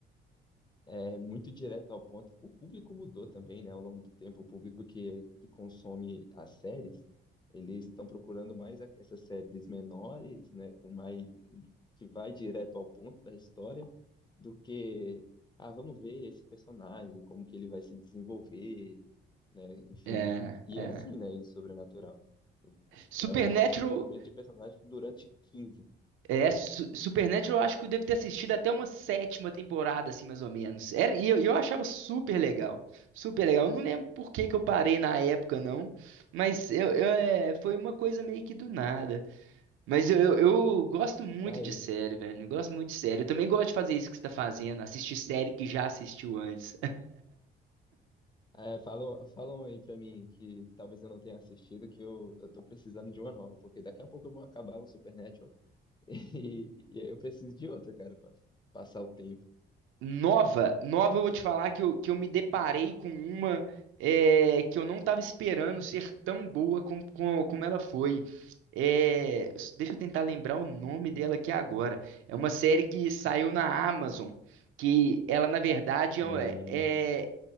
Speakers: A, on the left (about 20°); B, on the right (about 85°).
A: é muito direto ao ponto. O público mudou também, né? Ao longo do tempo, o público que, que consome as séries, eles estão procurando mais a- essas séries menores, né? Com mais que vai direto ao ponto da história, do que ah, vamos ver esse personagem, como que ele vai se desenvolver, né? Enfim,
B: É,
A: e e
B: é.
A: é assim, né? Em Sobrenatural.
B: Supernatural
A: É um desenvolvimento de personagem durante 15.
B: É, Su- Supernatural eu acho que eu devo ter assistido até uma sétima temporada, assim, mais ou menos. Era, e eu, eu achava super legal. Super legal. Eu não lembro por que que eu parei na época, não. Mas eu, eu, é, foi uma coisa meio que do nada. Mas eu, eu, eu gosto muito
A: Tá
B: de série, velho. Eu gosto muito de série. Eu também gosto de fazer isso que você tá fazendo. Assistir série que já assistiu antes.
A: É, falam, falam aí pra mim que, que talvez eu não tenha assistido, que eu, eu tô precisando de uma nova, porque daqui a pouco eu vou acabar o Supernatural <laughs> e, e aí eu preciso de outra, cara, pra passar o tempo.
B: Nova, nova, eu vou te falar que eu, que eu me deparei com uma é, que eu não estava esperando ser tão boa como, como, como ela foi. É, s- deixa eu tentar lembrar o nome dela aqui agora. É uma série que saiu na Amazon, que ela, na verdade,
A: Hum,
B: é, um, é- é,